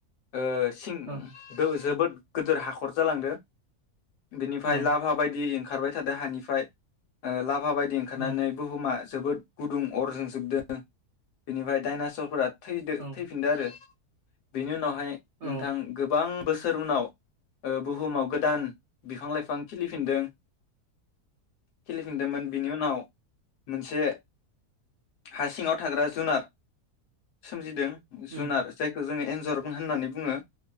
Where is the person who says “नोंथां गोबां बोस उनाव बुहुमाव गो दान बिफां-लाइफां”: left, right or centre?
Left